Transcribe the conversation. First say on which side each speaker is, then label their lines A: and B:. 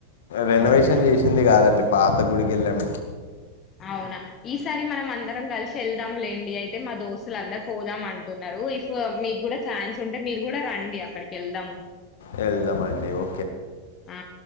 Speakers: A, on the left (about 60°); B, on the left (about 30°).
A: రేనవేషన్
B: అవునా
A: చేసింది కాదండి పాత గుడికి ఎల్లం
B: అవునా ఈసారి మనం అందరం కలిసి వెళ్దాం లేండి అయితే మా దోస్తులు అందరు పోదాం అంటున్నారు ఇఫ్ మీకు కూడా ఛాన్స్ ఉంటే మీరు కూడా రండి అక్కడికి వెళ్దాం
A: వెళ్దామండి ఓ
B: ఆ